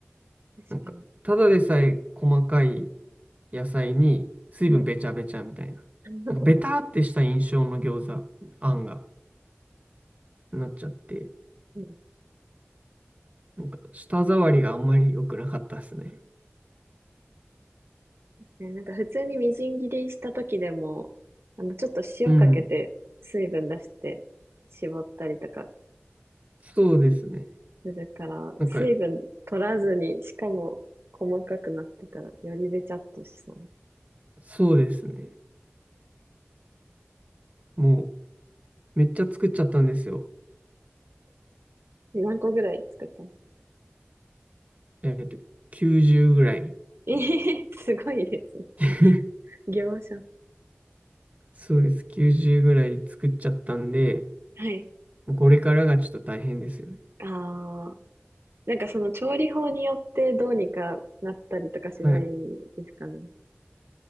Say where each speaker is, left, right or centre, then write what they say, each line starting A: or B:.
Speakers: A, on the right; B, on the right.
A: 確かに。
B: なんか、ただでさえ細かい野菜に水分べちゃべちゃみたいな。
A: はい。<laughs>
B: なんか、ベターってした印象の餃子、あんが、
A: うん
B: なっちゃって、
A: うん
B: なんか、舌触りがあんまり良くなかったですね。
A: ね、なんか普通にみじん切りした時でも、あの、ちょっと塩かけて水分出して絞ったりとか
B: うん。そうですね。
A: するから、
B: なんか、
A: 水分取らずに、しかも細かくなってたらよりべちゃっとしそうです。
B: そうですね。もう、めっちゃ作っちゃったんですよ。
A: 何個ぐらい作ったの
B: えっと、90ぐらい。
A: <laughs> ええすごいですね。
B: <laughs>
A: 業者。
B: そうです。90ぐらい作っちゃったんで、
A: はい。
B: これからがちょっと大変ですよね。
A: ああ、なんかその調理法によってどうにかなったりとかしないですかね。
B: はい。